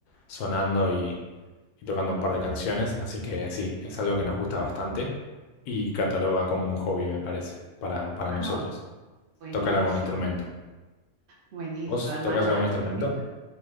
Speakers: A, on the left; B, on the right.
A: sonando y tocando un par de canciones, así que sí, es algo que nos gusta bastante y cataloga como un hobby, me parece, para, para
B: Ah,
A: nosotros,
B: buenísimo,
A: tocar algún instrumento.
B: buenísimo,
A: ¿Vos
B: armar
A: tocas
B: la,
A: algún instrumento?
B: la fiesta